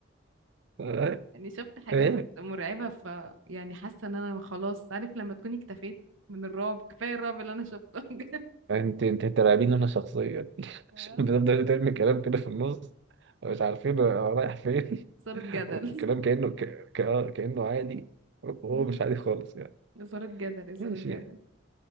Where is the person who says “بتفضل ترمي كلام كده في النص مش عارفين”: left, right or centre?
Right